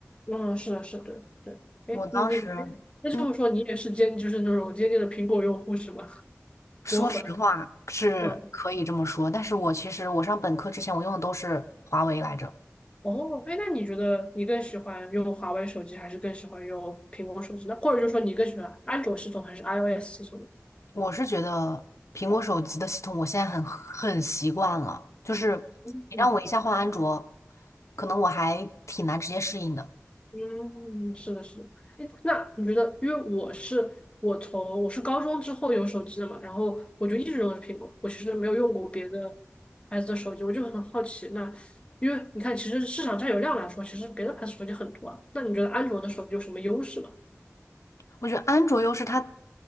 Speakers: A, on the left; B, on the left.
A: 嗯，是的，是的，对，对，
B: 我当时。
A: 哎，你你那这么说，
B: 嗯。
A: 你也是坚就是那种坚定的苹果用户是吗？<laughs>
B: 说实话是可以这么说，
A: 果粉，嗯。
B: 但是我其实我上本科之前我用的都是华为来着。
A: 哦，哎，那你觉得你更喜欢用华为手机，还是更喜欢用苹果手机呢？或者就说你更喜欢安卓系统还是 iOS 系统呢？
B: 我是觉得苹果手机的系统我现在很很习惯了，就是
A: 嗯
B: 你让我一下换安卓，可能我还挺难直接适应的。
A: 嗯，是的，是的。诶那你觉得，因为我是我从我是高中之后有手机的嘛，然后我就一直用的是苹果，我其实没有用过别的牌子的手机，我就很好奇。那因为你看，其实市场占有量来说，其实别的牌子手机很多啊。那你觉得安卓的手机有什么优势吗？
B: 我觉得安卓优势它